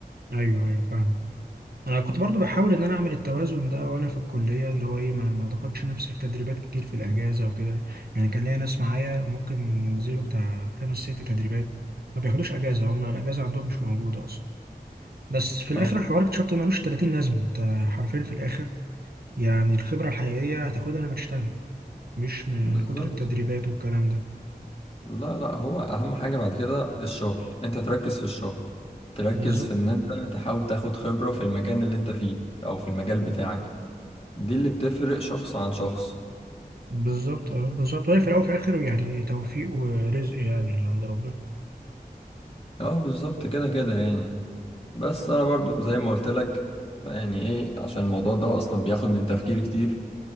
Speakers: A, on the right; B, on the left.
A: أيوه أيوه فاهم انا كنت برضو بحاول ان انا اعمل التوازن ده وانا في الكليه ان هو ايه ما ما ضغطش نفسي في تدريبات كتير في الاجازه وكده يعني كان ليا ناس معايا ممكن ينزلوا بتاع خمس ست تدريبات ما بياخدوش اجازه هم الاجازه عندهم مش موجوده اصلا بس في الاخر
B: اه
A: الحوار اكتشفت ملوش 30 لازمه انت حرفيا في الاخر يعني الخبره الحقيقيه هتاخدها لما تشتغل مش من
B: بالظبط
A: كتر التدريبات والكلام ده
B: لا لا هو اهم حاجة بعد كده الشغل انت تركز في الشغل تركز
A: بالظبط
B: في ان انت تحاول تاخد خبرة في المكان اللي انت فيه او في المجال بتاعك دي اللي بتفرق شخص عن شخص
A: بالظبط اه بالظبط وهي في الاول وفي الاخر يعني توفيق ورزق يعني من عند ربنا
B: اه بالظبط كده كده يعني بس انا برضو زي ما قلت لك يعني ايه عشان الموضوع ده اصلا بياخد من تفكيري كتير